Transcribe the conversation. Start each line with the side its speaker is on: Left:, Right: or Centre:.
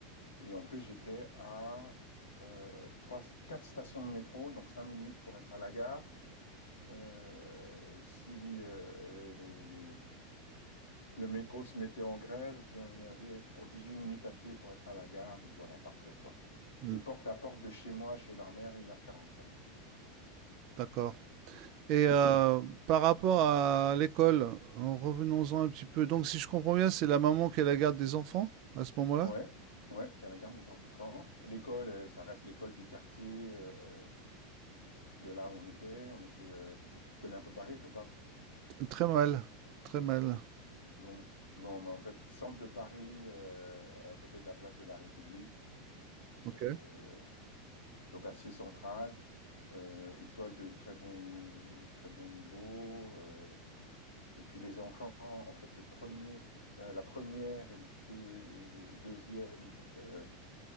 Left: et en plus, j'étais à euh, trois, quatre stations de métro, donc cinq minutes pour être à la gare. Euh, si euh, les- les- le métro se mettait en grève, j'en avais pour huit minutes à pied pour être à la gare. Donc voilà, parfait, quoi.
Right: Mm,
Left: Et porte à porte de chez moi, chez leur mère, 1h45.
Right: D'accord. Et
Left: Donc,
Right: euh, par rapport à l'école, en revenons-en un petit peu. Donc, si je comprends bien, c'est la maman qui a la garde des enfants à ce moment-là?
Left: euh, ouais, ouais, qui est la garde des enfants. L'école, euh, ça reste l'école du quartier. euh, de là où on était. On était euh, je- tu connais un peu Paris ou pas?
Right: Très mal, très mal.
Left: Bon, bon bah, en fait, centre de Paris, euh, à côté de la place de la République,
Right: OK.
Left: donc, euh, donc assez central, euh, école de très bon, de très bon niveau. euh, et puis les enfants, en fait, le premier, euh, la première et le, deux, et le deuxième donc, euh,